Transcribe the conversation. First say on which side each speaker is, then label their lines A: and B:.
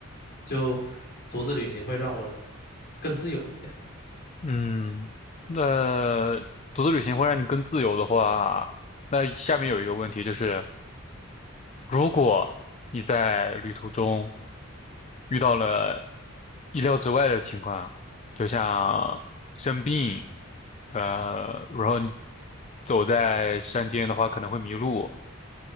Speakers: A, on the left; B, on the left.
A: 就独自旅行会让我更自由一点。
B: 嗯，那独自旅行会让你更自由的话，那下面有一个问题就是，如果你在旅途中遇到了意料之外的情况，就像生病，呃，然后你走在山间的话可能会迷路，